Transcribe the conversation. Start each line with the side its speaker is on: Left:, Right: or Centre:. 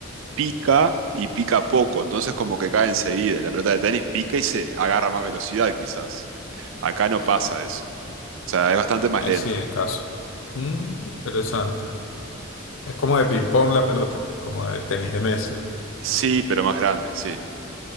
Right: pica y pica poco, entonces como que cae enseguida. La pelota de tenis pica y se agarra más velocidad quizás. Acá no
Left: Eh,
Right: pasa eso. O sea, es bastante más
Left: eh,
Right: lento.
Left: sí, en caso. Mm, interesante. Es como de ping-pong la pelota, como de tenis de mesa.
Right: Sí, pero más grande, sí.